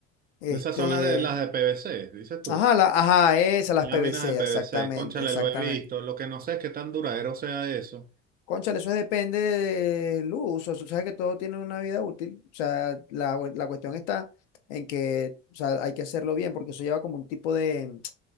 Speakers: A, on the left; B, on the right.
A: este.
B: Esas son las de las de PVC, dices tú.
A: Ajá, la, ajá, esas, las
B: Láminas
A: PVC,
B: de PVC,
A: exactamente,
B: cónchale,
A: exactamente.
B: lo he visto. Lo que no sé es qué tan duradero sea eso.
A: Cónchale, eso depende del uso. Tú sabes que todo tiene una vida útil. O sea, la, cu- la cuestión está en que, o sea, hay que hacerlo bien, porque eso lleva como un tipo de,